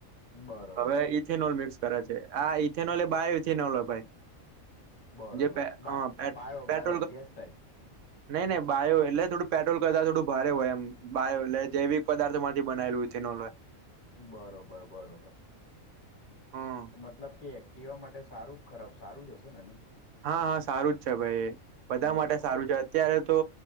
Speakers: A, on the left; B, on the right.
A: બરોબર
B: હવે ઇથેનોલ મિક્સ કરે છે. આ ઇથેનોલ એ બાયો ઇથેનોલ હો ભાઈ. <unintelligible>
A: બરોબર બા બાયો બાયો ગેસ ટાઈપ
B: નહીં નહીં બાયો એટલે થોડું પેટ્રોલ કરતા થોડું ભારે હોય એમ. બાયો એટલે જેવી પદાર્થમાંથી બનાવેલું ઇથેનોલ હોય.
A: બરોબર બરોબર.
B: હમ
A: મતલબ કે એક પીવા માટે સારું, ખરાબ, સારું જ હશે ને નની
B: હા હા સારું જ છે ભાઈ
A: નહી
B: બધા
A: બરોબર
B: માટે સારું છે. અત્યારે તો